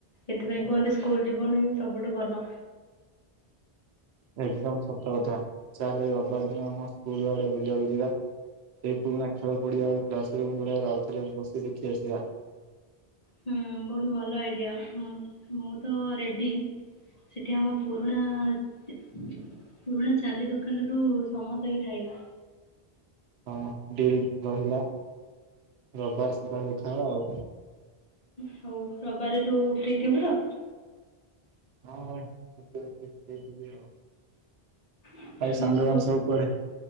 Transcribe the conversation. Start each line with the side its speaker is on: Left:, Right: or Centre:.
Left: ଏଥିପାଇଁ କୁହନ୍ତି ସ୍କୁଲ୍ ଜୀବନ ହିଁ ସବୁଠୁ ଭଲ।
Right: ଏକଦମ୍ ସତ କଥା। ଚାଲେ ଏଇ ରବାର ଦିନ ଆମ ସ୍କୁଲ୍ ଆଡେ ବୁଲିବାକୁୁ ଯିବା। ସେ ପୁରୁଣା ଖେଳ ପଡିଆ ଆଉ କ୍ଲାସରୁୁମ୍ ଗୁଡାରେ ଆଉଥରେ ବସି ଦେଖି ଆସିବା।
Left: ହୁଁ, ବହୁତ ଭଲ ଆଇଡିଆ, ମୁଁ ମୁଁ ତ ରେଡି। ସେଠି ଆମ ପୁରୁଣା ପୁରୁଣା ଚାଲି ଦୋକାନରୁୁ ସମସ୍ତେ ବି ଖାଇବା।
Right: ହଁ ଡିଲ୍ ରହିଲା ରବବାର ସକାଳେ ଦେଖା ହବା ଆଉ।
Left: ହଉ ରବାରେ ତୁ ଫ୍ରି ଥିବୁ ତ?
Right: ହଁ ହଁ <unintelligible> ଫ୍ରୀ ଥିବି ଆଉ।।
Left: ଆମ
Right: ଆଉ ସାଙ୍ଗମାନେ
Left: ସ୍କୁଲ୍,
Right: ସବୁ କୁଆଡେ?